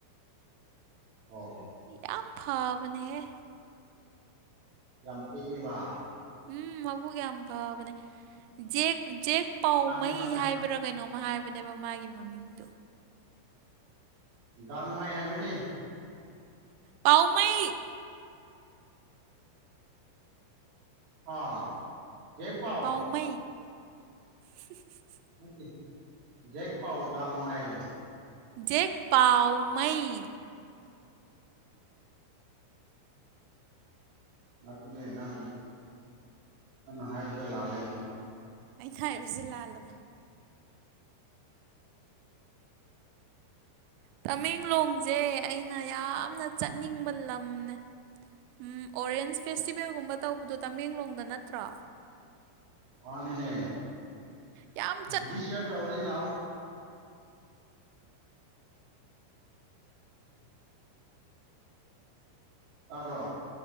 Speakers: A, on the right; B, on the right.
A: ꯑꯣ
B: ꯌꯥꯝ ꯐꯥꯕꯅꯦꯍꯦ
A: ꯌꯥꯝꯇꯦꯏꯕ
B: ꯎꯝ ꯃꯕꯨꯛ ꯌꯥꯝ ꯐꯕꯅꯦ ꯖꯦꯛ ꯖꯦꯛ ꯄꯥꯎꯃꯩ
A: ꯈꯪꯉꯦ ꯈꯪꯉꯦ
B: ꯍꯥꯏꯕ꯭ꯔꯥ ꯀꯩꯅꯣꯝ ꯃ ꯍꯥꯏꯕꯅꯦꯕ ꯃꯥꯒꯤ ꯃꯃꯤꯡꯗꯨ
A: ꯒꯥꯡꯃꯥꯏ ꯍꯥꯏꯕꯅꯤ
B: ꯄꯥꯎꯃꯩ
A: ꯑꯥ ꯖꯦꯛ ꯄꯥꯎ
B: ꯄꯥꯎꯃꯩ <unintelligible>
A: ꯅꯠꯇꯦ ꯖꯦꯛ ꯄꯥꯎ ꯒꯥꯡꯃꯩ
B: ꯖꯦꯛ ꯄꯥꯎ ꯃꯩ
A: ꯃꯠꯇꯦꯅꯦ ꯅꯪ ꯅꯪꯅ ꯍꯥꯏꯕꯗ ꯂꯥꯜꯂꯦꯅꯦ
B: ꯑꯩꯅ ꯍꯥꯏꯕꯁꯦ ꯂꯥꯜꯂꯕ ꯇꯃꯦꯡꯂꯣꯡꯖꯦ ꯑꯩꯅ ꯌꯥꯝꯅ ꯆꯠꯅꯤꯡꯕ ꯂꯝꯅꯦ ꯎꯝ ꯑꯣꯔꯦꯟꯁ ꯐꯦꯁꯇꯤꯚꯦꯜꯒꯨꯝꯕ ꯇꯧꯕꯗꯣ ꯇꯃꯦꯡꯂꯣꯡꯗ ꯅꯠꯇ꯭ꯔꯣ
A: ꯃꯅꯤꯅꯦ
B: ꯌꯥꯝ ꯆꯠ
A: ꯗꯤꯁ ꯏꯌꯔ ꯇꯧꯔꯤ ꯂꯥꯎ ꯇꯥꯕ꯭ꯔꯣ